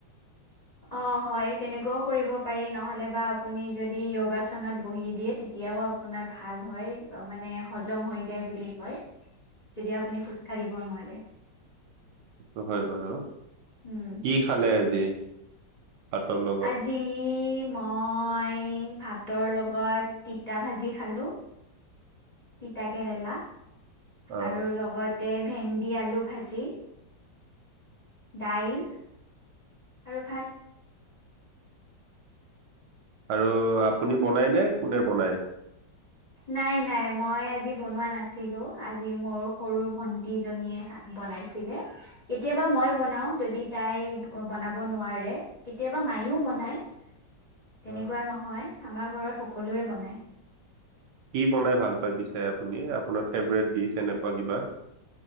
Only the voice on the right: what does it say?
<unintelligible>
<unintelligible>
টো হয় বাৰু,
কি খালে আজি ভাতৰ লগত?
অ
আৰু আপুনি বনাইনে কোনে বনায়? <inaudible>
অ
কি বনাই ভাল পাই পিছে আপুনি আপোনাৰ ফেভৰেট ডিচ এনেকুৱা কিবা?